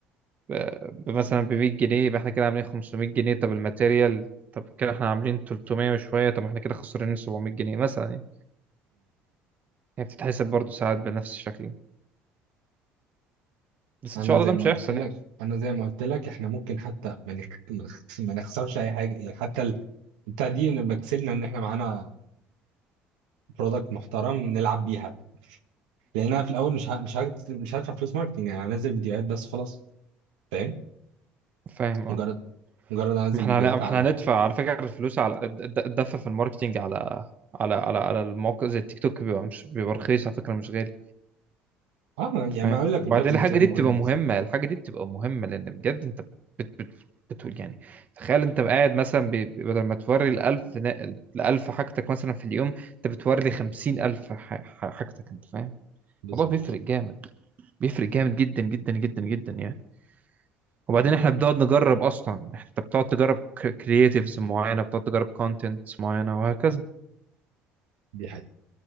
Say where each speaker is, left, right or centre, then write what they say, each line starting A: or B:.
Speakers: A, on the right; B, on the right.
A: ب- مثلا ب 100 جنيه يبقى احنا كده عاملين 500 جنيه طب الماتيريال طب كده احنا عاملين 300 وشوية طب احنا كده خسرانين 700 جنيه مثلا يعني هي بتتحسب برضه ساعات بنفس الشكل يعني. بس
B: انا
A: ان شاء الله
B: زي
A: ده
B: ما
A: مش
B: قلت
A: هيحصل
B: لك
A: يعني
B: انا زي ما قلت لك احنا ممكن حتى ما نخ- ما نخ- ما نخسرش اي حاجه يعني حتى ال- بتاع دي نبقى كسبنا ان احنا معانا برودكت محترم نلعب بيه حتى لان انا في الاول مش ه... مش ه... مش هدفع فلوس ماركتنج يعني هنزل فيديوهات بس خلاص فاهم
A: فاهم اه
B: مجرد مجرد انزل
A: ما احنا
B: فيديوهات
A: هن- ما
B: على
A: احنا هندفع على فكره الفلوس على الد- الد- الدفع في الماركتينج على على على على المواقع زي التيك توك بيبقى مش بيبقى رخيص على فكره مش غالي
B: اه يعني
A: انت فاهم
B: ما اقول لك
A: وبعدين
B: البادجت
A: الحاجه
B: زي ما
A: دي بتبقى
B: قلنا
A: مهمه
B: بالظبط
A: الحاجه دي بتبقى مهمه لان بجد انت بت بت بتقول يعني تخيل انت قاعد مثلا ب- بدل ما توري ال 1000 ن- ال 1000 حاجتك مثلا في اليوم انت بتوري لي 50000 ح- ح- حاجتك انت فاهم
B: بالظبط
A: الموضوع بيفرق جامد بيفرق جامد جدا جدا جدا جدا يعني وبعدين احنا بنقعد نجرب اصلا انت بتقعد تجرب كرييتيفز معينه بتقعد تجرب كونتنت معينه وهكذا
B: دي حقيقة